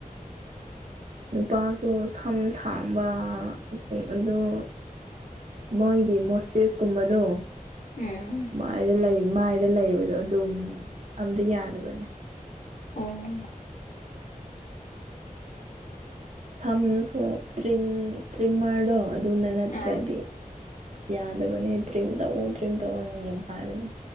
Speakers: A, on the right; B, on the left.
A: ꯅꯨꯄꯥꯁꯨ ꯁꯝ ꯁꯥꯡꯕ ꯑꯗꯨ ꯃꯣꯏꯒꯤ ꯃꯣꯔꯇꯦꯁꯀꯨꯝꯕꯗꯣ
B: ꯎꯝ
A: ꯃꯥꯏꯗ ꯂꯩ ꯃꯥꯏꯗ ꯂꯩꯕꯗꯣ ꯑꯗꯨꯝ ꯑꯃꯇ ꯌꯥꯗꯕꯅꯦ
B: ꯑꯣ
A: ꯁꯝꯁꯨ ꯇ꯭ꯔꯤꯝ ꯇ꯭ꯔꯤꯝꯃꯔꯗꯣ ꯑꯗꯨꯅ ꯅꯠꯇ꯭ꯔꯗꯤ
B: ꯎꯝ
A: ꯌꯥꯗꯕꯅꯤ ꯗ꯭ꯔꯤꯝ ꯇꯧꯑꯣ ꯗ꯭ꯔꯤꯝ ꯇꯧꯑꯣꯅ ꯌꯥꯝ ꯍꯥꯏꯕꯅꯦ